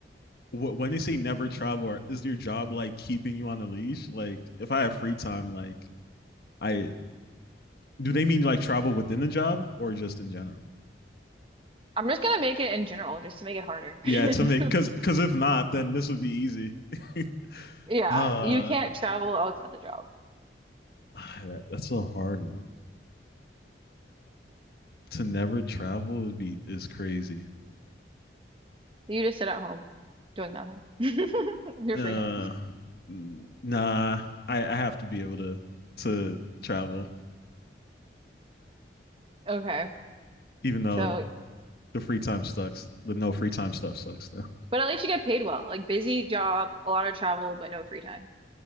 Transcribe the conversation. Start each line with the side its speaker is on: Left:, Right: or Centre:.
Left: wh- when they say never travel, is your job like keeping you on a leash? Like, if I have free time, like I do, they mean like travel within the job or just in general?
Right: I'm just gonna make it in general just to make it harder.
Left: Yeah,
Right: <laughs>
Left: to make because because if not, then this would be easy. <laughs>
Right: Yeah,
Left: uh
Right: you can't travel outside the job.
Left: Ah, That- that's a hard one. To never travel would be is crazy.
Right: You just sit at home doing nothing. <laughs> Your
Left: Uh,
Right: free time.
Left: nah, I, I have to be able to to travel,
Right: Okay.
Left: even though
Right: So,
Left: the free time sucks. The no free time stuff sucks though.
Right: but at least you get paid well. Like busy job, a lot of travel, but no free time.